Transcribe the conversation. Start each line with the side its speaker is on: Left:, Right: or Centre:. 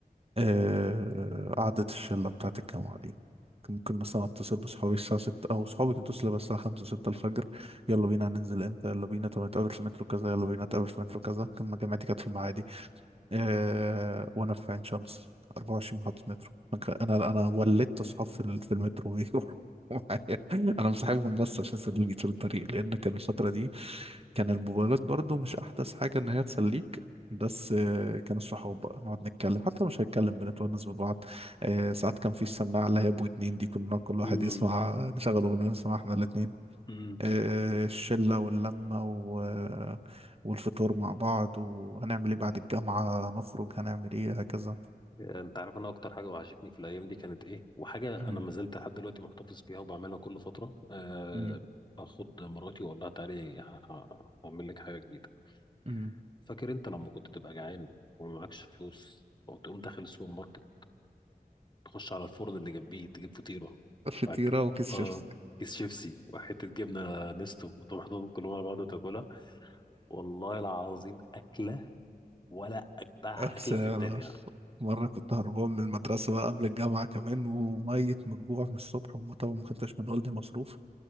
Right: آه، قعدة الشلة بتاعة الجامعة دي كان ممكن مثلا أتصل بصحابي الساعة ستة أو صحابي كانوا يتصلوا بس الساعة خمسة ستة الفجر يلا بينا هننزل إمتى يلا بينا طب نتقابل في مترو كذا يلا بينا نتقابل في مترو كذا كان جامعتي كانت في المعادي آه وانا في عين شمس 24 محطة مترو انا انا ولدت اصحاب في ال- في المترو <laughs> بيروحوا معايا انا مصاحبهم بس عشان يسلوني طول الطريق لان كان الفترة دي كان الموبايلات برضو مش احدث حاجة ان هي تسليك بس آه، كان الصحاب بقى نقعد نتكلم حتى مش هنتكلم بنتونس ببعض آه، ساعات كان في السماعة اللي هي ابو اتنين دي كنا كل واحد
Left: امم
Right: يسمع نشغل اغنية نسمعها احنا الاتنين
Left: امم
Right: آه، الشلة واللمة و... آه، والفطور مع بعض وهنعمل ايه بعد الجامعة نخرج هنعمل ايه هكذا
Left: انت عارف انا اكتر حاجه وحشتني في الايام دي كانت ايه وحاجه
Right: أمم،
Left: انا ما زلت لحد دلوقتي محتفظ بيها وبعملها كل فتره آه،
Right: أمم،
Left: اخد مراتي واقول لها تعالي ه- ه- هعمل لك حاجه جديده
Right: أمم.
Left: فاكر انت لما كنت تبقى جعان وما معكش فلوس وتقوم داخل السوبر ماركت تخش على الفرن اللي جنبيه تجيب فطيرة
Right: فطيرة
Left: معاك
Right: وكيس
Left: اه
Right: شيبس
Left: كيس شيبسي وحتة جبنة نستو وتقوم حاططهم كلهم على بعض وتاكلها والله العظيم أكلة ولا أجدع
Right: بس
Left: أكلة
Right: يلا.
Left: في الدنيا
Right: مرة كنت هربان من المدرسة بقى قبل الجامعة كمان وميت من الجوع من الصبح وما- طبعا ما خدتش من والدي مصروف